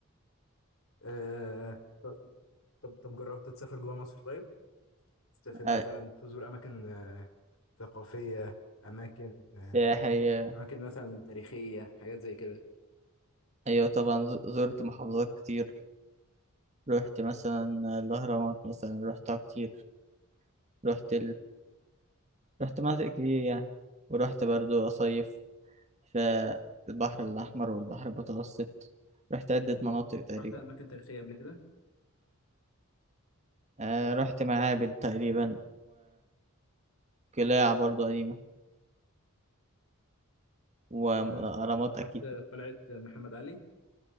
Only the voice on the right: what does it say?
آه،
سياحي آه،
أيوة طبعا ز- زرت محافظات كتير رحت مثلا الأهرامات مثلا رحتها كتير رحت رحت مناطق كتير يعني ورحت برضو أصيف في البحر الأحمر والبحر المتوسط رحت عدة مناطق تقريبا
آه رحت معابد تقريبا وقلاع برضو قديمة وأهرامات
أكيد